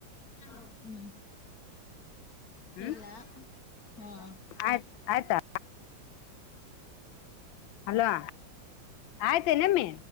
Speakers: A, on the left (about 50°); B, on the left (about 80°).
A: ಹ್ಮ್
B: ಹ್ಮ್
A: ಇಲ್ಲ ಹಾ..
B: ಆಯ್ತು ಆಯ್ತಾ ಹಲೋ ಆಯ್ತ ನಮ್ಮಿ?